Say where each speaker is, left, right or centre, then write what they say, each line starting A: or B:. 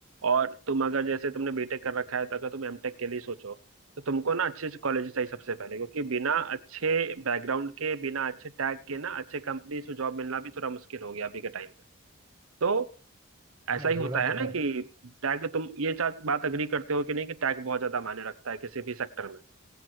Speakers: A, on the right; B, on the right.
A: और तुम अगर जैसे तुमने बीटेक कर रखा है तो अगर तुम एमटेक के लिए सोचो तो तुमको ना अच्छे से कॉलेज चाहिए सबसे पहले क्योंकि बिना अच्छे बैकग्राउंड के बिना अच्छे टैग के ना अच्छे कंपनीज में जॉब मिलना भी थोड़ा मुश्किल हो गया अभी के टाइम पे तो ऐसा
B: हाँ
A: ही होता
B: ये बात
A: है
B: तो
A: ना
B: है
A: कि टैग तुम ये चा- बात अग्री करते हो कि नहीं कि टैग बहुत ज्यादा मायने रखता है किसी भी सेक्टर में